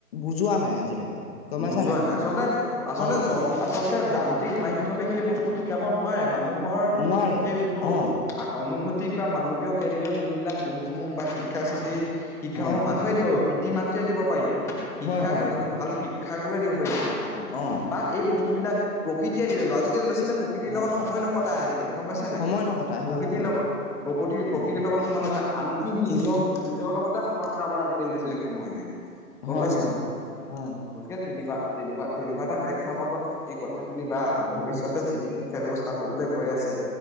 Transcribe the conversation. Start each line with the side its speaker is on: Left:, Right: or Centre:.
Left: বুজোৱা নাই আজিলৈকে গম পাইছা
Centre: বুজোৱা নাই আচলতে আচলতে
Left: অ
Centre: জন আচলতে যান্ত্ৰিক মাধ্যমে সেই বস্তুবোৰ শিকাব নোৱাৰে মা মানুহৰ
Left: নোৱাৰে
Centre: সেই যোনটো অনু
Left: অ
Centre: অনুভূতি বা মানৱীয় কেন্দ্ৰীয় যোনবিলাক গুণসমূহ বা শিক্ষা চেহি, শিক্ষাসমূহ
Left: হয়
Centre: মানুহে দিব পাৰিব পিতৃ-মাতৃয়ে দিব পাৰিব, শিক্ষাগুৰু
Left: হয় হয়
Centre: এজন
Left: হয়
Centre: ভাল শিক্ষাগুৰুৰে দিব পাৰিব কথাখিনি,
Left: অ
Centre: বা এই বস্তু বস্তু বিলাক প্ৰকৃতিয়ে দি পাৰিব, আজিকালি ল'ৰা ছোৱালীয়ে প্ৰকৃতি
Left: হয়
Centre: লগত সময় নকটাই আজিকালি। লি গম পাইছা নে নাই,
Left: সময় নকটাই
Centre: প্ৰকৃতিৰ
Left: হয় হয়
Centre: লগত প্ৰকৃতিৰ, প্ৰকৃতিৰ
Left: অ
Centre: লগত সময় লগা আনকি নিজক-নিজৰ লগতে সময় কটাবলৈ আজিকালি ল'ৰা ছোৱালীক সময় নাই। গম
Left: হয়,
Centre: পাইছা
Left: হয়, হয়, হয়।
Centre: গতিকে তেনেকুৱা, তেনেকুৱা, তেনেকুৱা এটা প্ৰেক্ষাপটত এই কথাখিনি বা ভৱিষ্যতে যিটো শিক্ষা ব্যৱস্থা হ'ব। লৈ গৈ আছে।